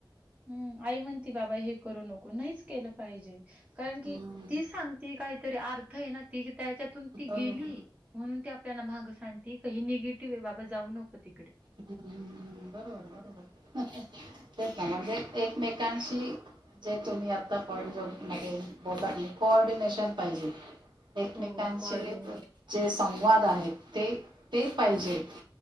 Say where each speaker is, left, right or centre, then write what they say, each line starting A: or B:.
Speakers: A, on the right; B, on the right.
A: हम्म आई म्हणती बाबा हे करू नको नाहीच केलं पाहिजे. कारण की
B: हम्म हम्म.
A: ती सांगती काहीतरी अर्थ हाय ना ती की त्याच्यातून ती
B: हम्म
A: गेली, म्हणून ती आपल्याला माहागं सांगती की ही निगेटिव्ह हाय बाबा जाऊ नको तिकडे.
B: ह् बरोबर बरोबर तेच ना म्हणजे एकमेकांशी <inaudible> जे तुम्ही आता <inaudible> पण जो <inaudible> बोललात नाही कोऑर्डिनेशन पाहिजे. एकमेकांचे
A: हो कोऑर्डिने
B: जे संवाद आहेत ते, ते पाहिजे.